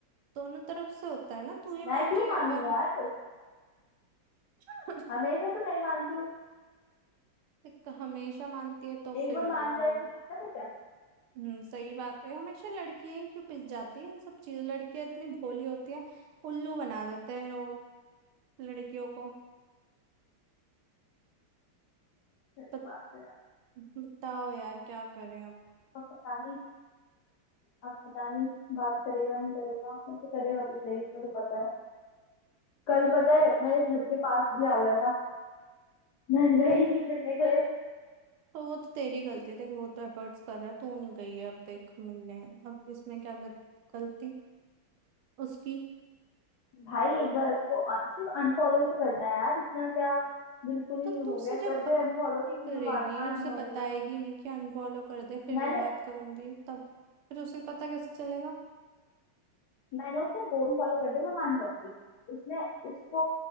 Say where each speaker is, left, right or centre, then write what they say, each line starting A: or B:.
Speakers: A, on the right; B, on the left.
A: दोनों तरफ से होता है ना तू ही
B: मैं
A: मान
B: क्यों
A: जा
B: मानू
A: एक बार
B: यार
A: <laughs>
B: हमेशा तो मैं ही मानती हूँ
A: एक हमेशा मानती है तो
B: एक
A: फिर
B: बार मान
A: वो
B: जाए कुछ दिक्कत है क्या
A: हम्म, सही बात है हमेशा लड़कियां ही क्यों पिस जाती है सब चीज लड़कियां इतनी भोली होती है उल्लू बना देते हैं लोग लड़कियों को
B: सही
A: बत-
B: बात है यार
A: बताओ यार क्या करें अब
B: अब पता नहीं अब पता नहीं बात करेगा नहीं करेगा वैसे करेगा तो सही इसका तो पता है कल पता है मेरे घर के पास भी आ गया था <laughs> मैं गई नहीं मिलने के लिए
A: तो वो तो तेरी गलती है देख वो तो एफर्ट्स कर रहा है तू नहीं गई है अब देख मिलने अब इसमें क्या गल- गलती उसकी
B: भाई एक बार अगर वो un- सिर्फ अनफॉलो ही तो करना है यार इतना क्या बिल्कुल ही
A: तो
B: हो
A: तू उससे
B: गया
A: जब
B: कर दे
A: बात
B: अनफॉलो
A: नहीं
B: तो फिर
A: करेगी
B: मैं बात मान
A: उसे
B: जाऊंगी
A: बताएगी नहीं कि अनफॉलो कर दे फिर
B: मैंने
A: मैं बात करूंगी तब फिर उसे पता कैसे चलेगा
B: मैंने उसको बोल फॉलो कर दे मैं मान जाऊंगी उसने उसको